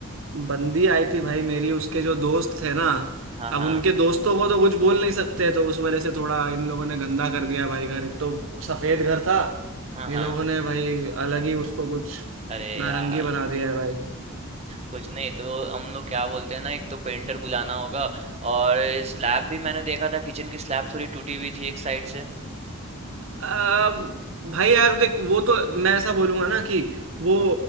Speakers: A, on the right (about 60°); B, on the right (about 30°).
A: बंदी आई थी भाई मेरी उसके जो दोस्त थे ना
B: हाँ,
A: अब
B: हाँ।
A: उनके दोस्तों को तो कुछ बोल नहीं सकते तो उस वजह से थोड़ा इन लोगों ने गंदा कर दिया भाई घर एक तो सफेद घर था
B: हाँ,
A: ये
B: हाँ।
A: लोगों ने भाई अलग ही उसको कुछ
B: अरे
A: नारंगी
B: यार!
A: बना दिया है भाई
B: कुछ नहीं तो हम लोग क्या बोलते हैं ना एक तो पेंटर बुलाना होगा और स्लैब भी मैंने देखा था किचन की स्लैब थोड़ी टूटी हुई थी एक साइड से
A: अब भाई यार देख वो तो मैं ऐसा बोलूंगा ना कि वो